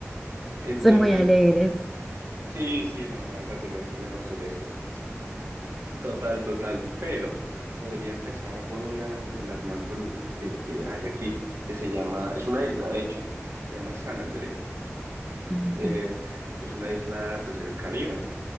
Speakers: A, on the right (about 60°); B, in the centre.
A: Entonces,
B: Son muy alegres.
A: sí, sí, no, no vas a tener problemas con eso. Total, total. Pero podría empezar por una de las más bonitas que, que hay aquí, que se llama, es una isla, de hecho, se llama San Andrés.
B: Mm,
A: Eh, es una isla, pues, en el Caribe.